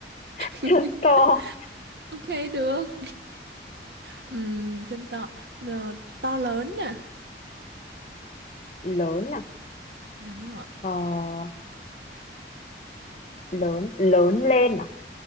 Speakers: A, on the left (about 40°); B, on the right (about 70°).
A: <laughs>
B: <laughs>
A: chân to
B: ok được Ừm, chân to Ờ, to lớn nè
A: lớn à
B: đúng rồi
A: ờ, lớn lớn lên à?